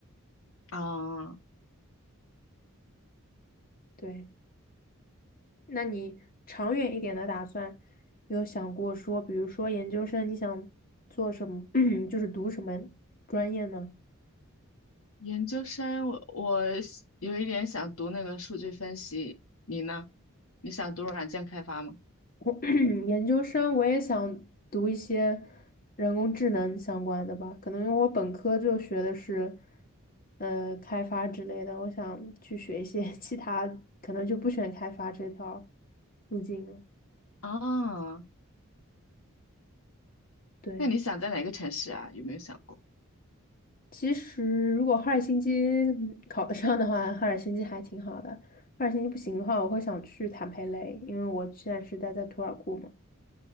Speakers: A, on the left; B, on the left.
A: 哦，
B: 对。那你长远一点的打算，有想过说，比如说研究生，你想做什么，<clears throat> 就是读什么专业呢？
A: 研究生，我我是有一点想读那个数据分析，你呢？你想读软件开发吗？
B: 我 <clears throat> 研究生我也想读一些人工智能相关的吧，可能因为我本科就学的是呃开发之类的，我想去学一些 <laughs> 其他，可能就不选开发这条路径了。
A: 啊，
B: 对。
A: 那你想在哪个城市啊？有没有想过？
B: 其实，如果哈尔辛基嗯考得上的话，哈尔辛基还挺好的。哈尔辛基不行的话，我会想去坦佩雷，因为我现在是待在图尔库嘛。